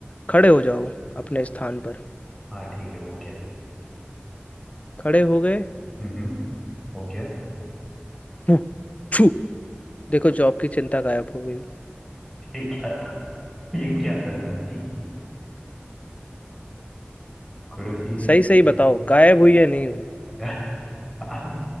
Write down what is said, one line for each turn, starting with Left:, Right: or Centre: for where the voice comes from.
Left: खड़े हो जाओ अपने स्थान पर
Centre: हाँ ठीक है हो गया
Left: खड़े हो गए
Centre: हम्म हम्म, हो गया
Left: हूँ, छू देखो जॉब की चिंता गायब हो गई
Centre: ये क्या था ये क्या था गुरु जी गुरु जी ये
Left: सही सही बताओ गायब हुई या नहीं हुई
Centre: <laughs> यार